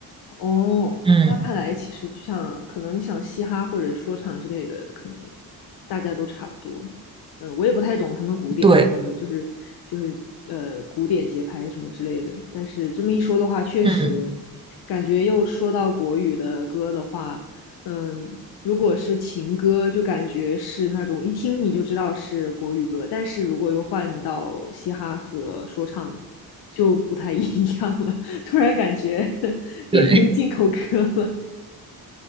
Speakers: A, on the left; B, on the right.
A: 哦，
B: 嗯，
A: 那看来其实就像可能像嘻哈或者说唱之类的，可能大家都差不多。嗯，我也不太懂他们古典什么，
B: 对，
A: 就是就是呃古典节拍什么之类的。但是这么一说的话，确实
B: 嗯。
A: 感觉又说到国语的歌的话，嗯，如果是情歌，就感觉是那种一听你就知道是国语歌，但是如果又换到嘻哈和说唱，就不太一样了。<laughs> 突然感觉 <laughs> 变成进口歌了。
B: 对。